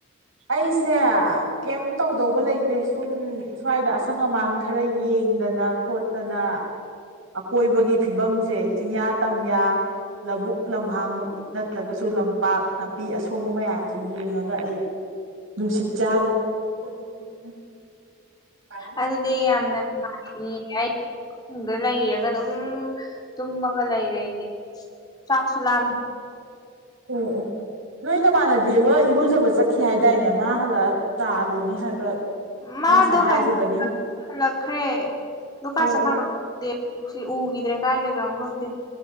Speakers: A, on the right; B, on the left.
A: ꯑꯩꯁꯦ ꯀꯩꯝ ꯇꯧꯗꯧꯕ ꯂꯩꯇꯦ ꯁꯨꯝ ꯁ꯭ꯋꯥꯏꯗ ꯑꯁꯪ ꯑꯃꯥꯟ ꯈꯔ ꯌꯦꯡꯗꯅ ꯈꯣꯠꯇꯅ ꯑꯀꯣꯏꯕꯒꯤ ꯐꯤꯕꯝꯁꯦ ꯆꯤꯡꯌꯥ ꯇꯝꯌꯥ ꯂꯧꯕꯨꯛ ꯂꯝꯍꯥꯡꯃꯛ ꯅꯠꯇ꯭ꯔꯒꯁꯨ ꯂꯝꯄꯥꯛ ꯅꯥꯄꯤ ꯑꯁꯣꯡꯕ ꯃꯌꯥꯝꯁꯤ ꯌꯦꯡꯉꯒ ꯑꯩ ꯅꯨꯡꯁꯤꯠ ꯆꯥꯔꯤ <unintelligible> ꯑꯣ
B: ꯑꯗꯨꯗꯤ ꯌꯥꯝꯅ ꯅꯨꯡꯉꯥꯏꯅꯤ ꯑꯩꯗ ꯂꯩꯔꯒ ꯑꯗꯨꯝ ꯇꯨꯝꯃꯒ ꯂꯩꯔꯦ ꯑꯩꯗꯤ ꯆꯥꯛꯁꯨ ꯂꯥꯝꯃꯤ
A: ꯎꯝ ꯎꯝ ꯅꯣꯏ ꯅꯃꯥꯟꯅꯕꯤ ꯑꯃ ꯏꯔꯨꯖꯕ ꯆꯠꯈꯤ ꯍꯥꯏꯗꯥꯏꯅꯦ ꯃꯥ ꯍꯜꯂ ꯆꯥꯂꯣꯅꯤ ꯍꯥꯏꯕ꯭ꯔꯥ
B: ꯃꯥꯗꯣ
A: ꯅꯪ ꯉꯁꯥꯏ ꯍꯥꯏꯈꯤꯕꯅꯤꯅꯦ
B: ꯍꯜꯂꯛꯈ꯭ꯔꯦ ꯗꯨ ꯀꯥꯏ
A: ꯑꯣ
B: ꯆꯠꯈꯔ
A: ꯑꯣ
B: ꯈꯪꯗꯦ ꯁꯤ ꯎꯈꯤꯗ꯭ꯔꯦ ꯀꯥꯏ ꯂꯩꯈꯔꯝꯅꯣ ꯈꯪꯗꯦ